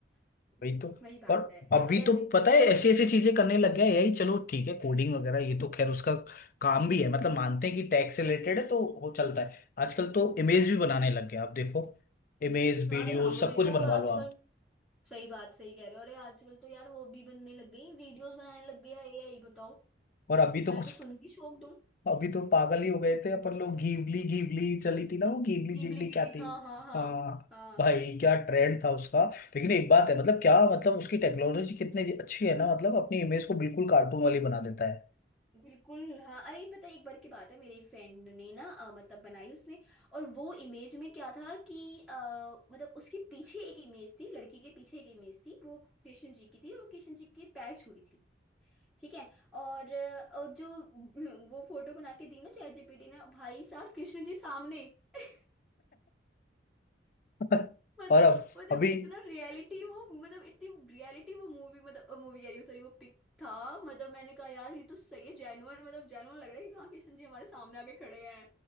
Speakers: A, in the centre; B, on the left (about 50°).
A: हम्म,
B: वही तो
A: वही बात
B: और
A: है
B: अभी
A: और अभी
B: तो पता है
A: अभी
B: ऐसी ऐसी चीजें करने लग गया है एआई चलो ठीक है कोडिंग वगैरह ये तो खैर उसका काम भी है मतलब मानते हैं कि टैक्स से रिलेटेड है तो वो चलता है आजकल तो इमेज भी बनाने लग गया आप देखो इमेज
A: हाँ
B: वीडियो
A: अरे हाँ वो
B: सब
A: देखो
B: कुछ बनवा
A: आजकल
B: लो आप
A: सही बात सही कह रहे हो अरे आजकल तो यार वो भी बनने लग गई वीडियोस बनाने लग गया है एआई बताओ
B: और अभी तो
A: मैं
B: कुछ
A: तो सुन के शौक दूँ
B: अभी तो पागल ही हो गए थे अपन लोग घीवली घीवली चली थी ना वो घीवली
A: गिबली
B: जीवली
A: गिबली
B: क्या
A: हाँ
B: थी
A: हाँ हाँ
B: हाँ
A: हाँ
B: भाई क्या ट्रेंड था उसका लेकिन एक बात है मतलब क्या मतलब उसकी टेक्नोलॉजी कितनी अच्छी है ना मतलब अपनी इमेज को बिल्कुल कार्टून वाली बना देता है
A: बिल्कुल हाँ अरे पता है एक बार की बात है मेरी फ्रेंड ने ना अ, मतलब बनाई उसने और वो इमेज में क्या था कि अ, मतलब उसके पीछे एक इमेज थी लड़की के पीछे एक इमेज थी वो कृष्ण जी की थी और वो कृष्ण जी के पैर छू रही थी ठीक है और, अ, और जो <laughs> वो फोटो बना के दी ना चैट जीपीटी ने भाई साहब कृष्ण जी सामने <laughs>
B: <laughs>
A: मतलब
B: और अब
A: मतलब
B: अभी
A: इतना रियलिटी वो मतलब इतनी रियलिटी वो मूवी मतलब मूवी कह रही हूँ सॉरी वो पिक था मतलब मैंने कहा यार ये तो सही है जेन्युइन मतलब जेन्युइन लग रहा है कि हाँ कृष्ण जी हमारे सामने आके खड़े हैं